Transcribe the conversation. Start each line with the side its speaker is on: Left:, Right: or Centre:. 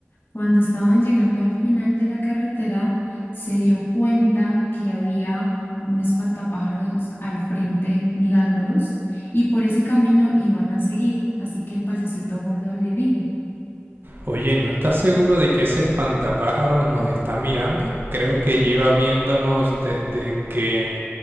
Left: Cuando estaban llegando al final de la carretera, se dio cuenta que había un espantapájaros al frente mirándolos y por ese camino iban a seguir. Así que el payasito gordo le dijo.
Right: Oye, ¿no estás seguro de que ese espantapájaros nos está mirando? Creo que lleva viéndonos desde que